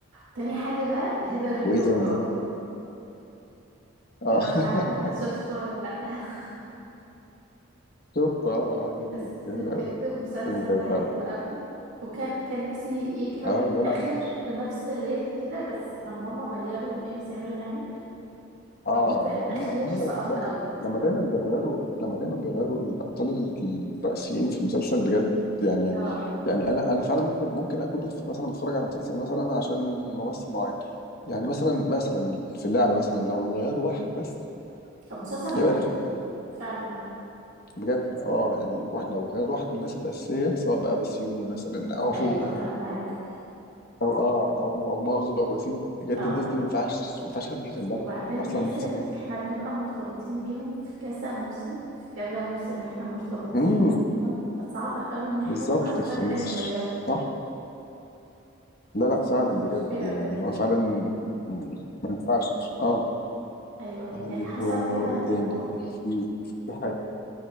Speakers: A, on the right; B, on the left.
A: تاني حاجة بقى هبة رجل
B: وايه
A: الغراب
B: تاني اه
A: انا مش عارفة انت
B: <laughs>
A: شفته ولا لا <laughs>
B: شوف اه اه جميل
A: بس
B: جميل
A: بجد
B: قوي
A: المسلسل
B: جميل قوي
A: ده
B: فعلا
A: حلو قوي وكان كان نفسي يكمل
B: اه
A: للآخر
B: لا لا
A: بنفس الريت كده بس لما هم غيروا إيمي سمير غانم
B: اه
A: الجزء
B: ما
A: الأخير
B: هو هم
A: سقط
B: لما لما
A: قوي
B: لما دايما بيغيروا لما دايما بيغيروا الابطال ال- الرئيسيين في المسلسل بجد يعني
A: اه
B: يعني انا انا فعلا ممكن ممكن اكون بتف- مثلا بتفرج على مسلسل مثلا عشان ممثل معين يعني مثلا مثلا في اللعبه مثلا لو غيروا واحد بس
A: المسلسل هيبوظ
B: هيبقى رخم
A: فعلا
B: بجد اه يعني واحد لو غير واحد من الناس الاساسيه سواء بقى بسيوني مثلا او
A: أيوة
B: او
A: فاهمك
B: اه او او مازو او وسيم بجد
A: اه
B: الناس دي ما ينفعش ما ينفعش حد يجي جنبها
A: وبعدين
B: اصلا
A: تحس
B: المسلسل
A: إن إحنا بنبقى مرتبطين بيهم في كذا موسم في كذا موسم إحنا مرتبطين
B: امم
A: بيهم فصعب قوي إن إحنا
B: بالظبط
A: هما بالظبط
B: فمش
A: فجأة يتغيروا
B: صح لا لا فعلا
A: بتبقى صح مشكلة
B: بجد يعني
A: بجد
B: هو فعلا ما ينفعش اه
A: أيوة
B: طيب
A: يعني حصل
B: و-
A: كده
B: وايه تاني
A: قول
B: في في حاجه